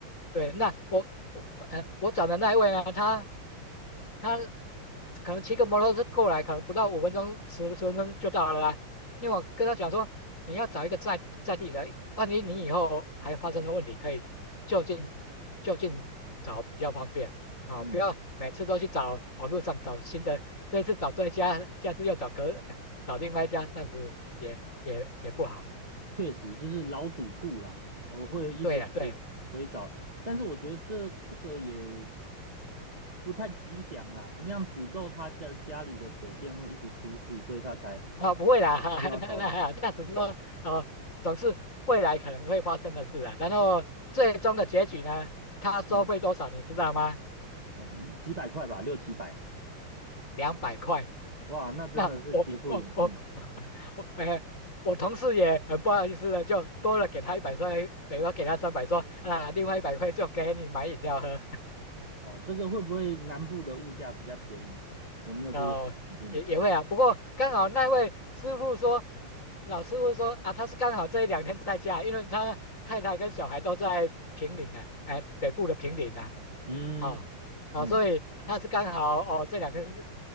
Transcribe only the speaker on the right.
嗯，
确实就是老主顾啦，我会一直回回找，
但是我觉得这这个也不太吉祥啦，你像诅咒他家家里的水电会一直出事，所以他才
需要找
嗯啊是几百块吧，六七百，
哇，那真的是跌破眼镜
哦。这个会不会南部的物价比较便宜？有没有这个可能性？
嗯
嗯，